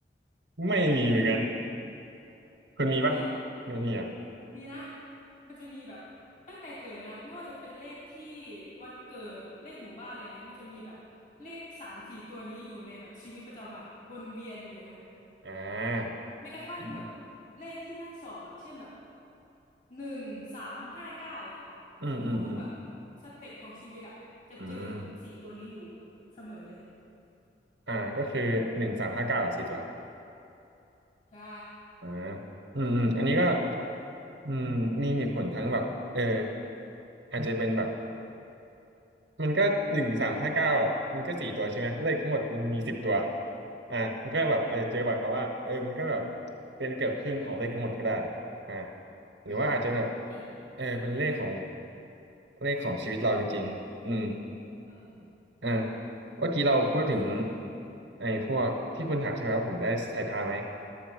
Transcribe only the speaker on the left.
ไม่มีเหรอ
มีนะมันจะมีแบบตั้งแต่เกิดเลยนะไม่ว่าจะเป็นเลขที่วันเกิดเลขหมู่บ้านอะไรเงี้ยมันจะมีแบบเลขสามสี่ตัวนี้อยู่ในแบบชีวิตประจำวันอะวนเวียนอยู่อย่างนั้นอะ
แม้กระทั่งแบบ
เลขที่นั่งสอบอะเช่นแบบหนึ่งสามห้าเก้าเนี่ย
ทุกๆแบบสเต็ปของชีวิตอะจะเจอแบบสี่ตัวนี้อยู่แบบเสมอเลย
ใช่
อืม
อืม
อืมก็จริง
เออ
นี่ก็น่าสนใจ